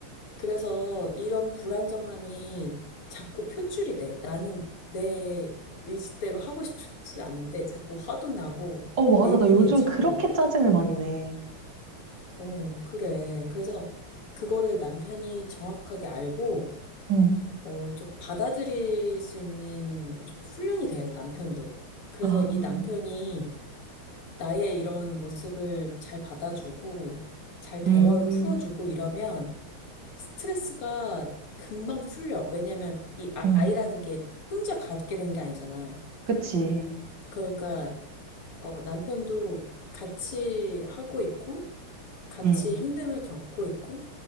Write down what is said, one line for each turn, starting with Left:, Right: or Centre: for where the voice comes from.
Left: 그래서 이런 불안정함이 자꾸 표출이 돼. 나는 내 의지대로 하고 싶지 않은데 자꾸 화도 나고
Right: 어, 맞아.
Left: 예민해지고,
Right: 나 요즘 그렇게 짜증을 많이 내.
Left: 어, 그래. 그래서 그거를 남편이 정확하게 알고,
Right: 응,
Left: 어, 좀 받아들일 수 있는 좀 훈련이 돼야 돼, 남편도. 그래서
Right: 아,
Left: 이 남편이 나의 이런 모습을 잘 받아주고, 잘 대화로
Right: 음,
Left: 풀어주고 이러면 스트레스가 금방 풀려. 왜냐면 이 아-
Right: 응,
Left: 아이라는 게 혼자 갖게 된 게 아니잖아.
Right: 그치.
Left: 그러니까, 어, 남편도 같이 하고 있고, 같이
Right: 응.
Left: 힘듦을 겪고 있고,